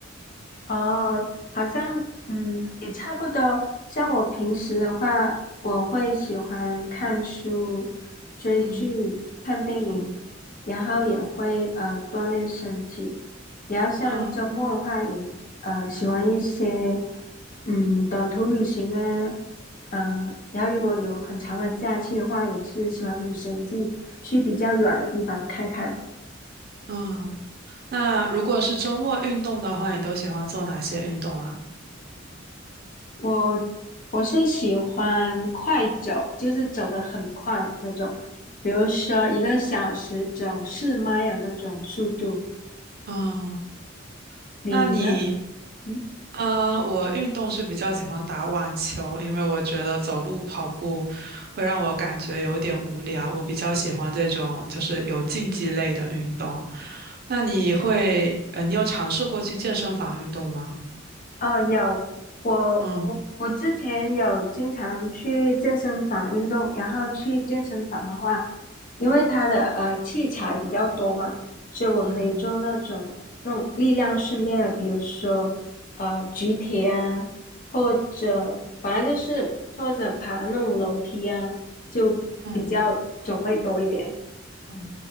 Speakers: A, on the left; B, on the right.
A: 哦，好像嗯也差不多。像我平时的话，我会喜欢看书、追剧、
B: 嗯
A: 看电影，
B: 嗯
A: 然后也会呃锻炼身体。然后像周末的话也，
B: 嗯
A: 呃喜欢一些嗯短途旅行啊，呃，然后如果有很长的假期的话，也是喜欢旅行去去比较远的地方看看。
B: 嗯。那如果是周末运动的话，你都喜欢做哪些运动啊？
A: 我我是喜欢快走，就是走得很快那种，比如说一个小时走四迈的那种速度。
B: 嗯。
A: 你呢？
B: 那你，
A: 嗯
B: 呃，我运动是比较喜欢打网球，因为我觉得走路跑步会让我感觉有点无聊，我比较喜欢这种就是有竞技类的运动。那你会，呃，你有尝试过去健身房运动吗？
A: 哦，有，我我我之前有经常去健身房运动，
B: 嗯
A: 然后去健身房的话，因为它的呃器材比较多嘛，所以我可以做那种那种力量训练的，
B: 嗯
A: 比如说呃举铁啊，或者反正就是或者爬那种楼梯啊，就比较种类多一点。
B: 嗯嗯。